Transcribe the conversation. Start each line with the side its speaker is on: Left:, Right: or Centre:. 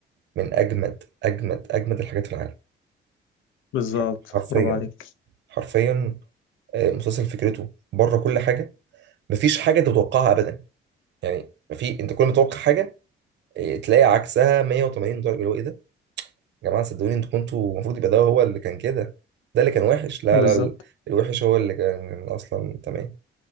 Right: من اجمد اجمد اجمد الحاجات في العالم
Left: بالظبط
Right: ح- حرفيا
Left: برافو عليك
Right: حرفيا آه، مسلسل فكرته بره كل حاجه مفيش حاجه أنت تتوقعها ابدا يعني في انت كل ما تتوقع حاجه آه، تلاقي عكسها 180 درجه اللي هو ايه ده يا جماعه صدقوني انتوا كنتوا المفروض يبقى ده هو اللي كان كده ده اللي كان وحش لا
Left: بالظبط
Right: لا ال- الوحش هو اللي كان اصلا تمام